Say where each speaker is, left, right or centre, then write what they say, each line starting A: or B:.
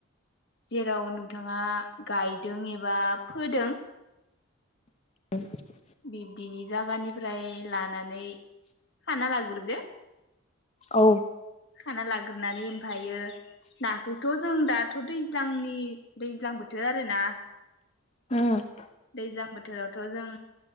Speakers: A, on the left; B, on the left.
A: जेराव नोंथाङा गायदों एबा फोदों
B: <inaudible>
A: बिब्दिनि जागानि फ्राय लानानै खाना लाग्रोद दो
B: औ
A: खाना लाग्रोनानै ओमफायो नाखौ थ' जों दाथ' दैज्लांनि दैज्लां बोथोर आरोना
B: उम
A: दैज्लां बोथोरावथ' जों